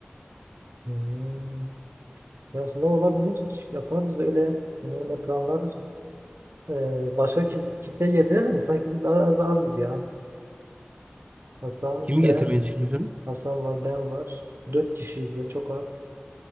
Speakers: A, on the right; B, on the right.
A: Hmm. Ya Aslında olabilir. iş Yaparız öyle. Hani öyle planlarız. Ee, başka kim, kimseyi getirelim mi? Sanki biz az, az azız ya. Hasan,
B: Kimi
A: ben,
B: getirmeyi düşünüyorsun?
A: Hasan var, ben var. Dört kişiyiz ya çok az.